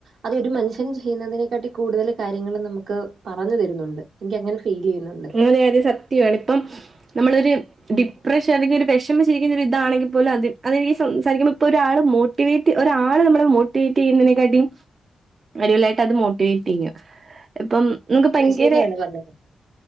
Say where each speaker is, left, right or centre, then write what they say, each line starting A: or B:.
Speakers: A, on the right; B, on the right.
A: അതെ ഒരു മനുഷ്യൻ ചെയ്യുന്നതിനെക്കാട്ടിയും കൂടുതൽ കാര്യങ്ങൾ നമുക്ക് പറഞ്ഞു തരുന്നുണ്ട് എനിക്ക് അങ്ങനെ ഫീൽ ചെയ്യുന്നുണ്ട്
B: അതെ അതെ സത്യമാണ് ഇപ്പം നമ്മളൊരു ഡിപ്രഷൻ അല്ലെങ്കിൽ ഒരു വിഷമിച്ചിരിക്കുന്ന ഒരു ഇതാണെങ്കിൽ പോലും അത് അതെനിക്ക് സംസാരിക്കുമ്പോ ഇപ്പോൊ ഒരാള് മോട്ട് മോട്ടിവേറ്റ് ഒരാള് നമ്മെളെ മോട്ടിവേറ്റ് ചെയ്യുന്നതിനെക്കാട്ടിയ്യും അടിപൊളി ആയിട്ട് അത് മോട്ടിവേറ്റ് ചെയ്യും ഇപ്പം നമുക്ക് ഭയങ്കര
A: ശരിയാണ് അതെ